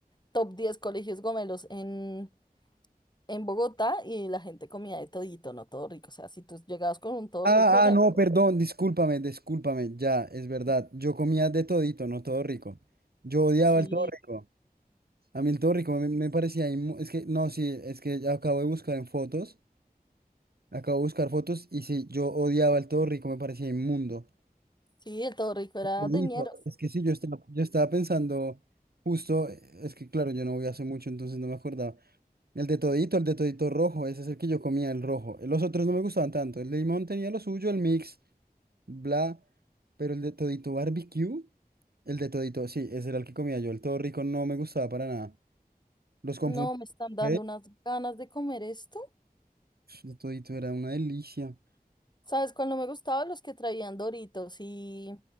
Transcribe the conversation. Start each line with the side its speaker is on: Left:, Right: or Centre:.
Left: top 10 colegios gomelos en, en Bogotá y la gente comía de todito, no todo rico. O sea, si tú llegabas con un todo
Right: Ah,
Left: rico, eran.
Right: ah, no, perdón, discúlpame, discúlpame, ya, es verdad. Yo comía de todito, no todo rico. Yo odiaba
Left: Sí.
Right: el todo rico. A mí el todo rico me, me parecía, inmu- es que, no, sí, es que ya acabo de buscar en fotos, acabo de buscar fotos y sí, yo odiaba el todo rico, me parecía inmundo.
Left: Sí, el todo rico era
Right: Bonito.
Left: de ñeros.
Right: Es que sí, yo estaba, yo estaba pensando justo, eh, es que claro, yo no voy hace mucho, entonces no me acordaba. El de todito, el de todito rojo, ese es el que yo comía, el rojo. Los otros no me gustaban tanto. El de limón tenía lo suyo, el mix, bla, pero el de todito barbecue, el de todito, sí, ese era el que comía yo. El todo rico no me gustaba para nada. Los confundí.
Left: No, me están dando
Right: ¿ok?
Left: unas ganas de comer esto.
Right: El de todito era una delicia.
Left: ¿Sabes cuál no me gustaba? Los que traían Doritos y